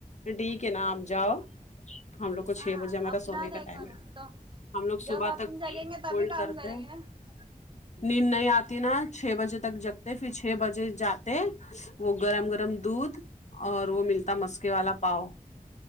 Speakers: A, on the left (about 50°); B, on the right (about 35°).
A: ٹھیک ہے نا آپ جاؤ ہم لوگ کو
B: ہاں
A: چھ بجے ہمارا
B: اپنا
A: سونے کا
B: دیکھو
A: ٹائم ہے
B: نا تو
A: ہم لوگ صبح
B: جب اپن
A: تک
B: جگیں گے تبھی
A: ہولڈ
B: کام
A: کرتے
B: کریں
A: ہیں
B: گے نا
A: نیند نہیں آتی نا چھ بجے تک جگتے پھر چھ بجے جاتے وہ گرم گرم دودھ اور وہ ملتا مسکے والا پاؤ